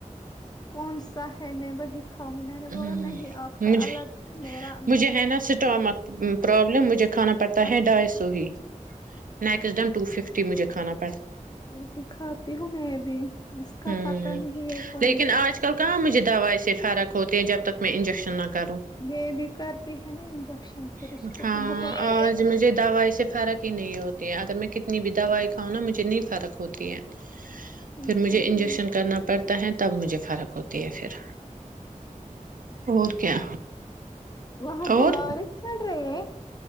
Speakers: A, on the left; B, on the right.
A: کون سا ہے میں وہی کھاؤں گی میں نے
B: ہوں
A: بولا نہیں آپ
B: مجھ
A: کا الگ ہے میرا میں
B: مجھے ہے نہ سٹامک پرابلم مجھ کھانا پڑتا
A: اچھا
B: ہے ڈھائی سو ہی نیکسٹ ڈم ٹو ففٹی مھے کھانا <inaudible>
A: وہی کھاتی ہوں میں بھی اس کا
B: ہوں
A: پتہ نہیں ہے کون
B: لیکن
A: سا
B: آج
A: کھاتا
B: کل کہاں
A: ہوں
B: مجھے دوائی سے فرق <inaudible> ہوتے جب تک میں انجیکشن نہ
A: یہ بھی کرتی ہے نا انجیکشن
B: <unintelligible>
A: پھر اس
B: وں
A: کو
B: ہاں
A: بھی بہت فکر
B: آج
A: ہے
B: مجھے دوائی سے فرق ہی نہیں ہوتی ہے اگر میں <unintelligible> کتنی بھی دوائی کاؤ نا مجھے نہیں فرق ہوتی ہے
A: اچھا
B: پھر مجھے
A: ٹھیک
B: انجیکشن کرنا پڑتا ہے تب مجھے فرق ہوتی ہے پھر اور کیا
A: وہاں سے
B: اور
A: بارش پڑ رہی ہے <inaudible>